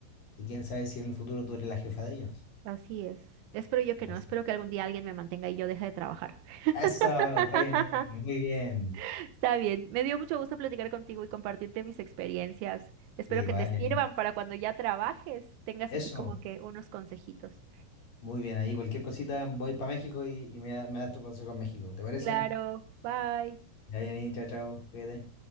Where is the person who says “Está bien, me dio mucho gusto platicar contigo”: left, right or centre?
Right